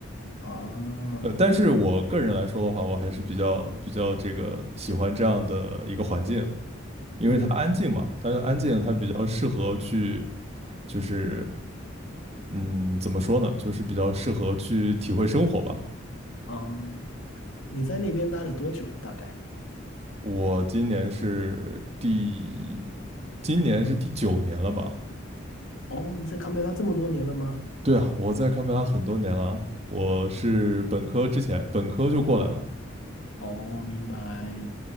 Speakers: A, on the left; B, on the right.
A: 哦，
B: 呃，
A: 明白。
B: 但是我个人来说的话，我还是比较比较这个喜欢这样的一个环境，因为它安静嘛，
A: 嗯，
B: 它安静，它比较适合去，就是嗯，怎么说呢，就是比较适合去体会生活吧。
A: 哦，你在那边待了多久了大概？
B: 我今年是第，今年是第九年了吧？
A: 哦，你在堪培拉这么多年了吗？
B: 对啊，我在堪培拉很多年了啊我是本科之前，本科就过来了。
A: 哦，明白。